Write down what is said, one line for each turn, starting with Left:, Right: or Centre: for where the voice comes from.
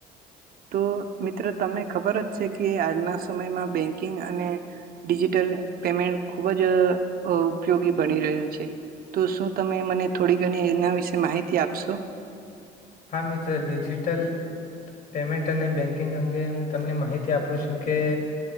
Right: તો મિત્ર તમને ખબર જ છે કે આજના સમયમાં બેંકિંગ અને ડિજિટલ પેમેન્ટ ખુબ જ ઉપયોગી બની રહ્યું છે. તો શું તમે મને થોડી ઘણી એના વિશે માહિતી આપશો.
Left: હા મિત્ર ડિજિટલ પેમેન્ટ અને બેન્કિંગ અંગે હું તમને માહિતી આપું શકે.